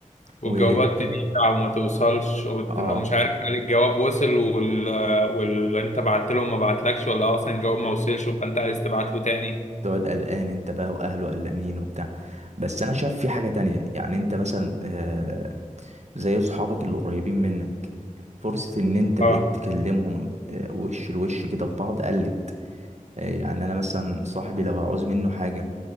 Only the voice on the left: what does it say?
والجوابات
تضيع وما توصلش وتبقى
مش عارف هل الجواب وصل وال... آه، واللي انت بعت له ما بعتلكش ولا اصلا الجواب ما وصلش فانت عايز تبعت له تاني
اه